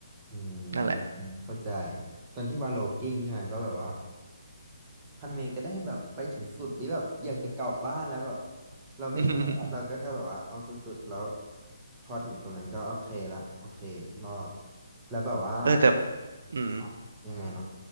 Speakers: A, on the right; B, on the right.
A: อืม
B: นั่นแหละ
A: เข้าใจตอนที่วาโลกิ้งใช่ไหมก็แบบว่า ทำยังไงก็ได้แบบไปถึงสุดที่แบบอยากจะกลับบ้านแล้วแบบเราไม่แคร์ละเราก็แค่แบบว่าเอาสุดๆแล้ว
B: <laughs> อืม
A: พอถึงตรงนั้นก็โอเคละโอเครอดแล้วแบบว่า
B: เออแต่อืม
A: อ่ะยังไงเนาะ